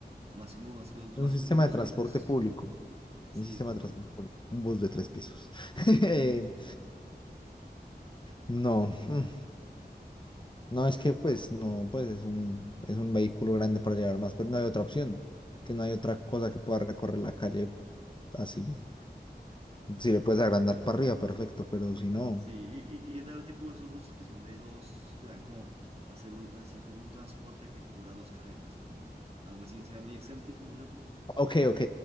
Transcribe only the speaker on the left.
Es
un sistema
de
transporte
público
Un sistema
de transporte público. Un bus de tres pisos. <laughs> Eh, No. mm, No, es que pues no, pues es un, es un vehículo grande para llevar más, pero no hay otra opción. Que no hay otra cosa que pueda recorrer la calle así. Si le puedes agrandar para arriba, perfecto, pero si no.
Ok, ok.